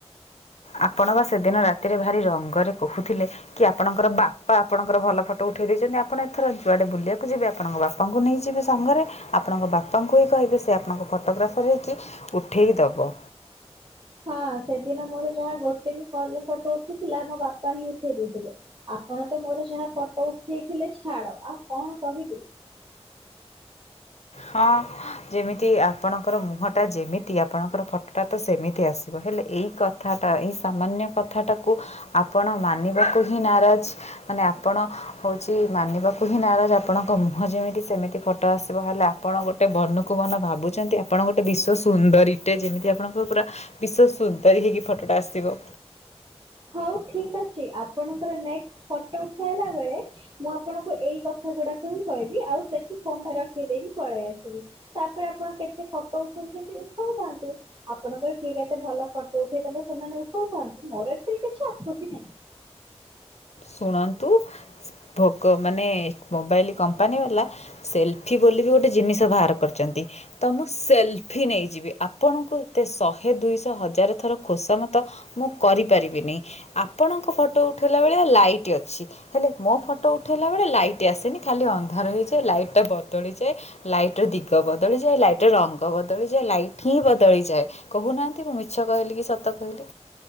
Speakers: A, on the left (about 75°); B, on the right (about 40°).
A: ଆପଣ ବା ସେଦିନ ରାତିରେ ଭାରି ରଙ୍ଗରେ କହୁଥିଲେ କି ଆପଣଙ୍କର ବାପା ଆପଣଙ୍କର ଭଲ ଫଟୋ ଉଠେଇ ଦେଇଛନ୍ତି ଆପଣ ଏଥର ଯୁଆଡେ ବୁଲିବାକୁ ଯିବେ ଆପଣଙ୍କ ବାପା ବାପାଙ୍କୁ ନେଇଯିବେ ସାଙ୍ଗରେ ଆପଣଙ୍କ ବାପାଙ୍କୁ ହିଁ କହିବେ ସେ ଆପଣଙ୍କ ଫଟୋଗ୍ରାଫର ହେଇକି ଉଠେଇଦବ।
B: ହଁ ସେଦିନ ମୋର ଯାହା ଗୋଟେ ବି ଭଲ ଫଟୋ ଉଠିଥିଲା ମୋ ବାପା ହିଁ ଉଠେଇ ଦେଇଥିଲେ। ଆପଣ ତ ମୋର ଯାହା ଫଟୋ ଉଠେଇଥିଲେ ଛାଡ ଆଉ କଣ କହିବି।
A: ହଁ ଯେମିତି ଆପଣଙ୍କର ମୁହଁ ଟା ଯେମିତି ଆପଣଙ୍କର ଫଟୋଟା ତ ସେମିତି ଆସ ହେଲେ ଏଇ କଥାଟା ଏଇ ସାମାନ୍ୟ କଥାଟାକୁ ଆପଣ ମାନିବାକୁ ହିଁ ନାରାଜ। ମାନେ ଆପଣ ହୋଉଚି ମାନିବାକୁ ହିଁ ନାରାଜ। ଆପଣଙ୍କ ମୁହଁ ଯେମିତି ସେମିତି ଫଟୋ ଆସିବ ହେଲା। ଆପଣ ଗୋଟେ ବନକୁ ବନ ଭାବୁଚନ୍ତି ଆପଣ ଗୋଟେ ବିଶ୍ୱ ସୁନ୍ଦରୀଟେ। ଯେମିତି ଆପଣଙ୍କ ପୁରା ବିଶ୍ୱ ସୁନ୍ଦରୀ ହେଇକି ଫଟୋଟା ଆସିବ।
B: ହଉ ଠିକ ଅଛି ଆପଣଙ୍କର ନେକ୍ସଟ୍ ଫଟୋ ଉଠାହେଲା ବେଳେ ମୁଁ ଆପଣଙ୍କୁ ଏଇ କ ଥା ଗୁଡାକ ହିଁ କହିବି ଆଉ ସେଠି ଫୋନ୍ ଟା ରଖି ଦେଇକି ପଳେଇ ଆସିବି। ତାପରେ ଆପଣ କେତେ ଫ ଟୋ ଉଠୋଉଚନ୍ତି ଉଠୋଉଥାଆନ୍ତୁ। ଆପଣଙ୍କର କିଏ କେତେ ଭଲ ଫଟୋ ଉଠେଇଦେବେ ସେମାନେ ଉଠୋଉଥାଆନ୍ତୁ। ମୋର ଏଥିରେ କିଛି ଆପତ୍ତି ନାଇଁ।
A: ଶୁଣନ୍ତୁ ସି- ଭୋଗ ମାନେ ମୋବାଇଲ କମ୍ପାନୀ ବାଲା ସେଲଫି ବୋଲିବି ଗୋଟେ ଜିନିଷ ବାହାର କରିଚନ୍ତି। ତ ମୁଁ ସେଲଫି ନେଇଯିବି। ଆପଣଙ୍କୁ ଏତେ ଶହେ ଦୁଇଶହ ହଜାର ଥର ଖୋସାମତ ମୁଁ କରିପାରିବିନି। ଆପଣଙ୍କ ଫଟୋ ଉଠେଇଲା ବଳିଆ ଲାଇଟ୍ ଅଛି। ହେଲେ ମୋ ଫଟୋ ଉଠେଇଲା ବେଳେ ଲାଇଟ୍ ଆସେନି ଖାଲି ଅନ୍ଧାର ହେଇଯାଏ ଲାଇଟ୍ ଟା ବଦଳିଯାଏ ଲାଇଟ ର ଦିଗ ବଦଳିଯାଏ, ଲାଇଟର ରଙ୍ଗ ବଦଳିଯାଏ, ଲାଇଟ ହିଁ ବଦଳିଯାଏ। କହୁନାହାନ୍ତି ମୁଁ ମିଛ କହିଲି କି ସତ କହିଲି?